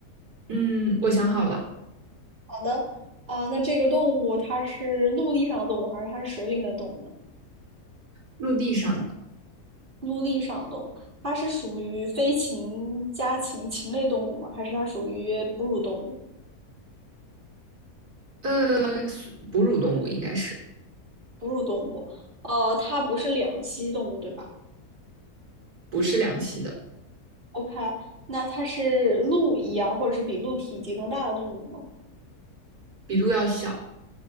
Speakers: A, on the right; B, on the right.
A: 嗯，我想好了，
B: 好的。啊、那这个动物它是陆地上的动物，还是它是水里面的动物呢？
A: 陆地上的，
B: 陆地上的动物，它是属于飞禽、家禽、禽类动物吗？还是它属于哺乳动物？
A: 呃，哺乳动物应该是
B: 哺乳动物，呃，它不是两栖动物，对吧
A: 不是两栖的，
B: ？OK，那它是鹿一样，或者是比鹿体积更大的动物吗？
A: 比鹿要小，